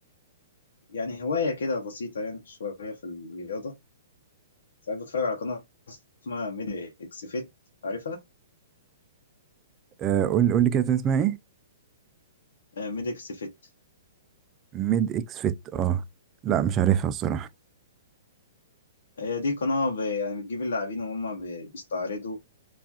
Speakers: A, on the left; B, on the right.
A: يعني هواية كده بسيطة يعني شوية في الرياضة ساعات بتفرج على قناة اسمها ميدي اكس فيت عارفها؟
B: آه قول قول لي كده تاني اسمها ايه
A: آه، ميدي اكس فيت
B: ميد اكس فيت اه لا مش عارفها الصراحة
A: هي دي قناة ب- يعني بتجيب اللاعبين وهم ب- بيستعرضوا